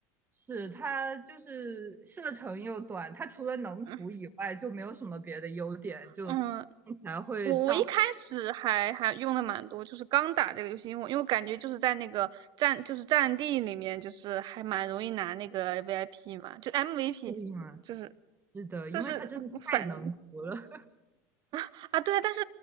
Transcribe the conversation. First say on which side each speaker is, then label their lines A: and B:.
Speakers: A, on the right; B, on the right.
A: 是它就是射程又短，它除了能涂以外就没有什么别的优点，
B: 嗯，
A: 就起
B: 嗯，
A: 来会到后
B: 我我一开始还还用的蛮多，就是刚打这个游戏，因为我因为我感觉就是在那个战就是战地里面，就是还蛮容易拿那个 VIP 嘛，就 MVP，
A: 面。
B: 就是
A: 是的，因为它真的太能涂了。
B: 就是反啊啊，对啊，但是